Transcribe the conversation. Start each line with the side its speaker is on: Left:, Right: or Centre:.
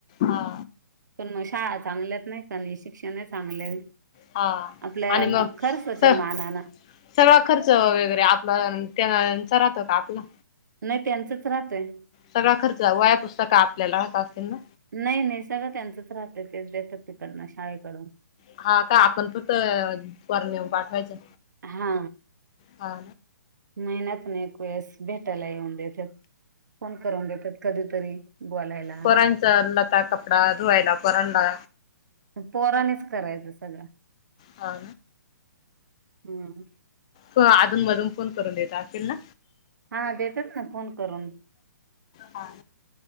Left: हा.
Right: पण मग शाळा चांगल्यात नाही का आणि शिक्षण ही चांगल हाय.
Left: हा
Right: आपल्या
Left: आणि मग
Right: खर्चाच्या
Left: स
Right: मानान.
Left: सगळा खर्च वगैरे आपला त्यांचा राहतो का आपला.
Right: नाही त्यांचंच राहतय.
Left: सगळा खर्च व्हाया पुस्तक आपल्याला राहत असतील ना.
Right: नय नय नाही सगळं त्यांचच राहतं तेच देतात तिकडंन शाळेकडून.
Left: हा का. आपण फक्त पोरं नेऊन पाठवायचं.
Right: हा.
Left: हा.
Right: महिन्यांतून एक वेळेस भेटायला येऊन देतात. फोन करून देतात कधीतरी‌. बोलायला.
Left: पोरणचा लता कपडा धुवायला पोरणला
Right: पोरानीच करायचं सगळं.
Left: हा.
Right: हम्.
Left: त अधून मधून फोन करून देत असतील ना.
Right: हा देत्यात ना फोन करून.
Left: हा.